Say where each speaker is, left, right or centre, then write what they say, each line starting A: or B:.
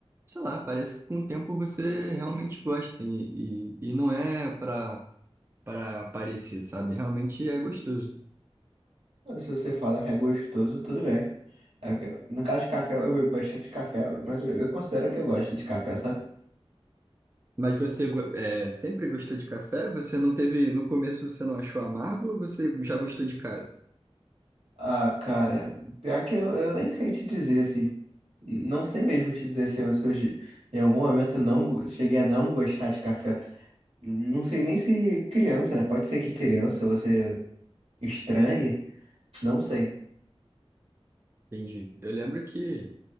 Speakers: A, on the right (about 25°); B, on the right (about 80°).
A: sei lá, parece que com o tempo você realmente gosta e, e, e não é pra, pra parecer, sabe? Realmente é gostoso.
B: Se você fala que é gostoso, tudo bem. É que- No caso de café, eu bebo bastante café, mas eu, eu considero que eu gosto de café, sabe?
A: Mas você go- é, sempre gostou de café? Você não teve, no começo você não achou amargo ou você já gostou de cara?
B: Ah, cara, pior que eu, eu nem sei te dizer assim. Não sei mesmo te dizer se eu, se eu ge- em algum momento eu não go- cheguei a não gostar de café. Não sei nem se criança, né? Pode ser que criança você estranhe, não sei.
A: Entendi. Eu lembro que